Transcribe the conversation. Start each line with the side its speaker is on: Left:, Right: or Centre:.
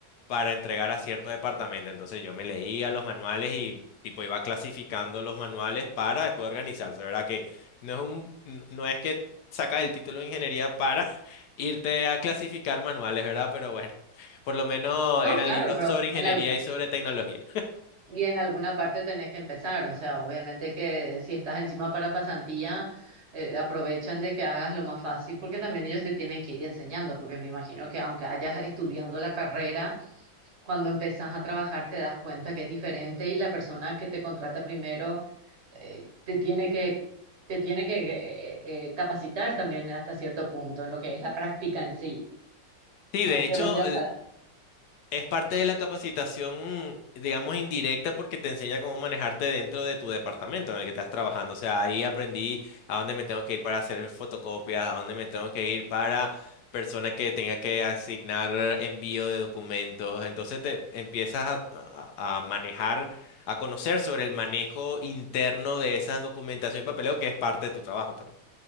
Left: para entregar a cierto departamento. Entonces yo me leía los manuales y tipo iba clasificando los manuales para después organizarse, ¿verdad? Que no es un, n- no es que sacas el título de ingeniería para <laughs> irte a clasificar manuales, ¿verdad? Pero bueno, por lo menos
Right: no,
Left: eran
Right: claro,
Left: libros
Right: pero
Left: sobre ingeniería
Right: en al-
Left: y sobre tecnología.
Right: y en alguna parte tenés que empezar. O sea, obviamente que si estás encima para pasantía, eh, aprovechan de que hagas lo más fácil, porque también ellos te tienen que ir enseñando, porque me imagino que aunque hayas estudiado la carrera, cuando empezás a trabajar te das cuenta que es diferente y la persona que te contrata primero eh, te tiene que, te tiene que eh, eh, capacitar también hasta cierto punto en lo que es la práctica en sí.
Left: Sí,
Right: No
Left: de
Right: es
Left: hecho,
Right: que vos ya sabes.
Left: Es parte de la capacitación, digamos, indirecta porque te enseña cómo manejarte dentro de tu departamento en el que estás trabajando. O sea, ahí aprendí a dónde me tengo que ir para hacer fotocopias, a dónde me tengo que ir para persona que tenga que asignar envío de documentos. Entonces te empiezas a, a- a manejar, a conocer sobre el manejo interno de esas documentaciones y papeleo que es parte de tu trabajo también.